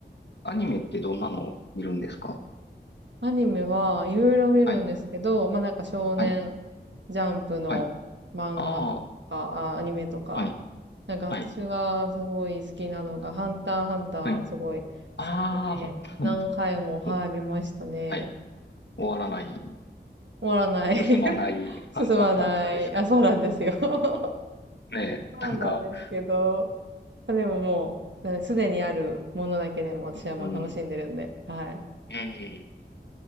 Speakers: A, on the left (about 70°); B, on the right (about 75°).
A: アニメってどんなのを見るんですか
B: アニメはいろいろ見るんですけど、
A: はい。
B: まあなんか少年
A: はい。
B: ジャンプの漫画とか、
A: はい。あ
B: あ、アニメとか、
A: あ、はい。
B: なんか私がすごい好きなのが、
A: はい。
B: ハンターハンターすごい好
A: はいああ、
B: きで、
A: ハンター、ハンター。
B: 何回も、はい、
A: お
B: 見ましたね。
A: はい。終わらない、
B: 終わらない。<laughs>
A: 進まない、
B: 進まない。
A: ハンター、ハンターですか。
B: あ、そうなんですよ。<laughs> そ
A: ねえ、なんか、
B: うなんですけど、でももう、すでにあるものだけでも私はもう楽しんでるんで、
A: うん、
B: はい。
A: う